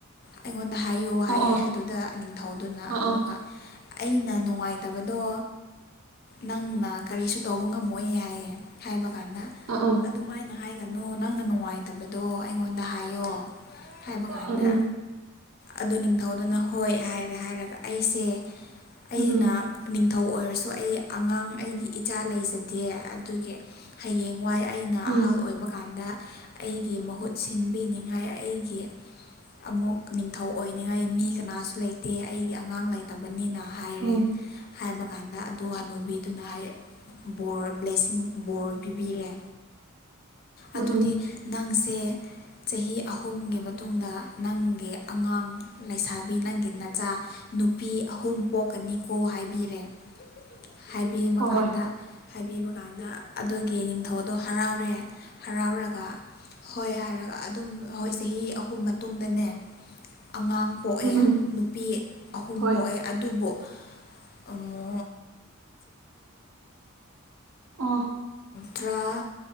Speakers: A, on the left; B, on the right.
A: ꯑꯩꯉꯣꯟꯗ ꯍꯥꯏꯌꯣ ꯍꯥꯏꯌꯦ
B: ꯑꯥ ꯑꯥ
A: ꯑꯗꯨꯗ ꯅꯤꯡꯊꯧꯗꯨꯅ
B: ꯑꯥ
A: ꯑꯃꯨꯛꯀ ꯑꯩꯅ ꯅꯨꯡꯉꯥꯏꯇꯕꯗꯣ ꯅꯪꯅ ꯀꯔꯤꯁꯨ ꯇꯧꯕ ꯉꯝꯃꯣꯏꯏꯌꯦ ꯍꯥꯏꯌꯦ ꯍꯥꯏꯕ ꯀꯗ
B: ꯑꯥ ꯑꯥ ꯑꯥ
A: ꯑꯗꯨꯃꯥꯏꯅ ꯍꯥꯏꯒꯅꯤ ꯅꯣ ꯅꯪꯅ ꯅꯨꯡꯉꯥꯏꯇꯕꯗꯣ ꯑꯩꯉꯣꯟꯗ ꯍꯥꯏꯌꯣ ꯍꯥꯏꯕ ꯀꯥꯟꯗ
B: ꯎꯝ ꯎꯝ
A: ꯑꯗꯨ ꯅꯤꯡꯊꯧꯗꯨꯅ ꯍꯣꯏ ꯍꯥꯏꯔꯦ ꯍꯥꯏꯔꯒ ꯑꯩꯁꯦ ꯑꯩꯅ
B: ꯎꯝ ꯎꯝ
A: ꯅꯤꯡ ꯊꯧ ꯑꯣꯏꯔꯁꯨ ꯑꯩ ꯑꯉꯥꯡ ꯑꯩꯒꯤ ꯏꯆꯥ ꯂꯩꯖꯗꯦ ꯑꯗꯨꯒꯤ ꯍꯌꯦꯡ ꯋꯥꯏ ꯑꯩꯅ
B: ꯎꯝ
A: ꯑꯍꯜ ꯑꯣꯏꯕ ꯀꯥꯟꯗ ꯑꯩꯒꯤ ꯃꯍꯨꯠ ꯁꯤꯟꯕꯤꯅꯤꯡꯉꯥꯏ ꯑꯩ ꯀ ꯑꯃꯨꯛ ꯅꯤꯡꯊꯧ ꯑꯣꯏꯅꯤꯡꯉꯥꯏ ꯃꯤ ꯀꯅꯥꯁꯨ ꯂꯩꯇꯦ ꯑꯩꯒꯤ ꯑꯉꯥꯡ ꯂꯩꯇꯕꯅꯤꯅ ꯍꯥꯏꯔꯦ
B: ꯑ
A: ꯍꯥꯏꯕ ꯀꯥ ꯅ ꯑꯗꯨ ꯍꯥꯟꯅꯨꯕꯤꯗꯨꯅ ꯍꯥꯏꯌꯦ ꯕꯣꯔ ꯕ꯭ꯂꯦꯁꯤꯡ ꯕꯣꯔ ꯄꯤꯕꯤꯔꯦ
B: ꯎꯝ
A: ꯑꯗꯨꯗꯤ
B: ꯎꯝ
A: ꯅꯪꯁꯦ ꯆꯍꯤ ꯑꯍꯨꯝꯒꯤ ꯃꯇꯨꯡꯗ ꯅꯪꯒꯤ ꯑꯉꯥꯡ ꯂꯩꯁꯥꯕꯤ ꯅꯪꯒꯤ ꯅꯆꯥ ꯅꯨꯄꯤ ꯑꯍꯨꯝ ꯄꯣꯛꯀꯅꯤꯀꯣ ꯍꯥꯏꯕꯤꯔꯦ ꯍꯥꯏꯕꯤꯃ
B: ꯍꯣꯏ
A: ꯀꯥꯟꯗ
B: ꯍꯣꯏ
A: ꯍꯥꯏꯕꯤꯕ ꯀꯥꯟꯗ ꯑꯗꯨꯒꯤ ꯅꯤꯡꯊꯧꯗꯣ ꯍꯔꯥꯎꯔꯦ ꯍꯔꯥꯎꯔꯒ ꯍꯣꯏ ꯍꯥꯏꯔꯒ ꯑꯗꯨꯝ ꯑꯩꯈꯣꯏ ꯆꯍꯤ ꯑꯍꯨꯝ ꯃꯇꯨꯡꯗꯅꯦ ꯑꯉꯥꯡ ꯄꯣꯛꯑꯦ
B: ꯎꯝ ꯎꯝ
A: ꯅꯨꯄꯤ ꯑꯍꯨꯝ
B: ꯍꯣꯏ
A: ꯄꯣꯛꯑꯦ ꯑꯗꯨꯕꯨ ꯑꯃ
B: ꯑ
A: ꯇꯔꯥ